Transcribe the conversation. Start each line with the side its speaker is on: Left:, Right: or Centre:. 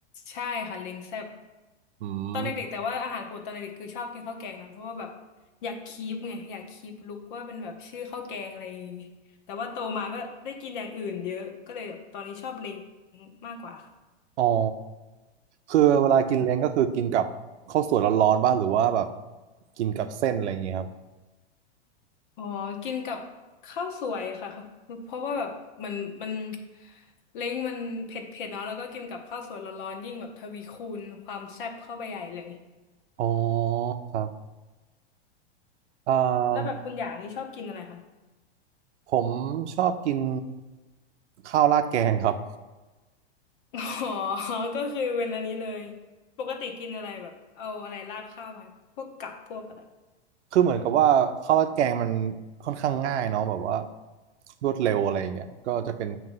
Left: ใช่ค่ะเล้งแซ่บ
Right: อืม
Left: ตอนเด็กๆแต่ว่าอาหารโปรดตอนเด็กๆคือชอบกินข้าวแกงนะเพราะว่าแบบอยากคีปไงอยากคีปลุกว่าเป็นแบบชื่อข้าวแกงอะไรแต่ว่าโตมาก็ได้กินอย่างอื่นเยอะก็เลยแบบตอนนี้ชอบเล้งมากกว่า
Right: อ๋อคือเวลากินเล้งก็คือกินกับข้าวสวยร้อนๆบ้างหรือว่าแบบกินกับเส้นอะไรอย่างเงี้ยครับ
Left: อ๋อกินกับข้าวสวยค่ะ เพราะว่าแบบมันมันเล้งมันเผ็ดเผ็ดเนาะแล้วก็กินกับข้าวสวยร้อนๆยิ่งแบบทวีคูณความแซ่บเข้าไปใหญ่เลย
Right: อ๋อครับอ่า
Left: แล้วแบบคุณอย่างนี้ชอบกินอะไรคะ
Right: ผมชอบกินข้าวราดแกงครับ
Left: <laughs> อ๋อก็คือเป็นอันนี้เลยปกติกินอะไรแบบเอาอะไรราดข้าวมาพวกกับพวกอะไร
Right: คือเหมือนกับว่าข้าวราดแกงมันค่อนข้างง่ายเนาะแบบว่ารวดเร็วอะไรอย่างเงี้ยก็จะเป็น